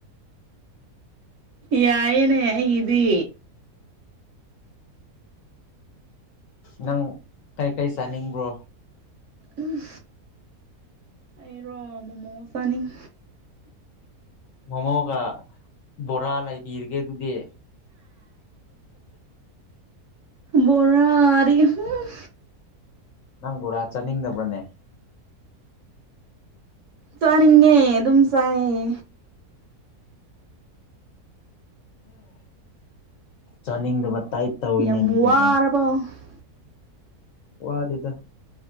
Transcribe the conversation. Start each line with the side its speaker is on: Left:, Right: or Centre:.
Right: ꯌꯥꯏꯌꯦꯅꯦ ꯑꯩꯒꯤꯗꯤ
Left: ꯅꯪ ꯀꯩꯀꯩ ꯆꯥꯅꯤꯡꯕ꯭ꯔꯣ
Right: ꯎꯝ ꯑꯩꯔꯣ ꯃꯣꯃꯣ ꯆꯥꯅꯤꯡ
Left: ꯃꯣꯃꯣꯒ ꯕꯣꯔꯥ ꯂꯩꯕꯤꯔꯒꯦ ꯑꯗꯨꯗꯤ
Right: ꯕꯣꯔꯥꯗꯤ ꯍꯨꯝ
Left: ꯅꯪ ꯕꯣꯔꯥ ꯆꯥꯅꯤꯡꯗꯕ꯭ꯔꯅꯦ
Right: ꯆꯥꯅꯤꯡꯉꯦ ꯑꯗꯨꯝ ꯆꯥꯏꯌꯦ
Left: ꯆꯥꯅꯤꯡꯗꯕ ꯇꯥꯏꯞ ꯇꯧꯋꯤꯅꯦ
Right: ꯌꯥꯝ
Left: ꯑꯗꯨꯗꯤ ꯅꯪ
Right: <unintelligible>
Left: ꯋꯥꯗꯦꯗ